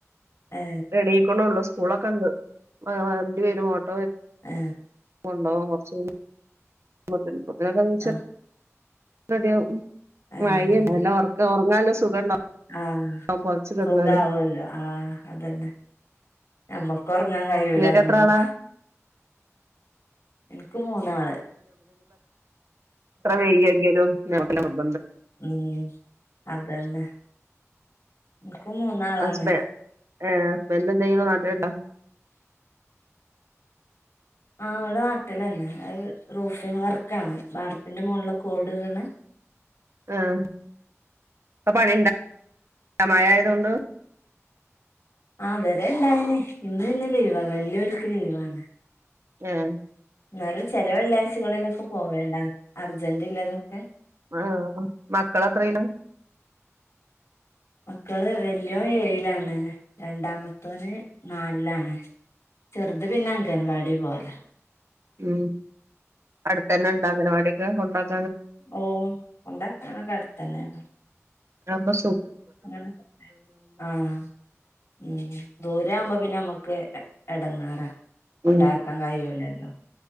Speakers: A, on the left (about 60°); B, on the right (about 60°).
A: ഏ
B: എണീക്കണൊള്ളോ സ്കൂളൊക്കെ ഉണ്ട് ആ വണ്ടി വരും ഓട്ടോ
A: ഏ
B: കൊണ്ടൊവാൻ കൊറച്ച് മക്കളോകൊണ്ട് ഇപ്പൊ ഇങ്ങൾ താനീച്ചന്
A: ആഹ്
B: റെഡി ആവും
A: ആഹ്
B: മഴയല്ലേ നല്ല ഉറക്കാവും ഇന്ന് നല്ല സുഖണ്ടാവും
A: ആഹ്
B: പൊതച്ച് കെടന്നാല്
A: സുഖാവുല്ലോ ആഹ് അതന്നെ നമ്മക്ക് ഉറങ്ങാൻ കഴിയൂലന്നുള്ളു
B: ഇങ്ങക്ക് എത്ര ആളാ
A: എനക്ക് മൂന്നാള്
B: വേയെകിലും <unintelligible>
A: മ്മ് അതന്നെ ഇപ്പ മൂന്നാളാണ്
B: ഹസ്ബ ഏഹ് ഹസ്ബൻ്റ് എന്താ ചെയ്യുന്നെ നാട്ടിലുണ്ടോ
A: ആഹ് ഇവിടെ നാട്ടിലന്നെ അ റൂഫിംഗ് വർക്ക് ആണ് ബാർപ്പിന്റെ മുകളില് ഒക്കെ ഓട് ഇടനെ
B: ആഹ് ഇപ്പൊ പണി ഇണ്ട മഴയായതു കൊണ്ട്
A: ആഹ് ഇത് വരെ ഇണ്ടായിന് ഇന്ന് പിന്നെ ലീവാ വെള്ളി ഇവല്ക്ക് ലീവാണ്
B: ആഹ്
A: എന്നാലും ചെല വെള്ളിയാഴ്ച്ചകളിലൊക്കെ പോവേണ്ടാന്ന് അർജന്റ് ഇല്ലാത് ഒക്കെ
B: ആഹ് മക്കള് എത്രയിലാ
A: മക്കള് വലിയോൻ ഏഴിലാണ് രണ്ടാമത്തോന് നാലിലാണ് ചെറുത് പിന്നെ അംഗൻ വാടി പോകലാ
B: മൂ അടുത്തന്നെ ഉണ്ടോ അംഗനവാടി കൊണ്ടാകു
A: ഓഹ് കൊണ്ടാക്കാനൊക്കെ അടുത്തന്നെ ആണ്
B: അതാവുമ്പം
A: അങ്ങനെ ആഹ് മ്മ് ദൂരെ ആകുമ്പോ പിന്നെ ഞമ്മക്ക് ഒക്കെ എടങ്ങാറാ കൊണ്ടാക്കാൻ
B: ഉം
A: കയിലൂലാല്ലോ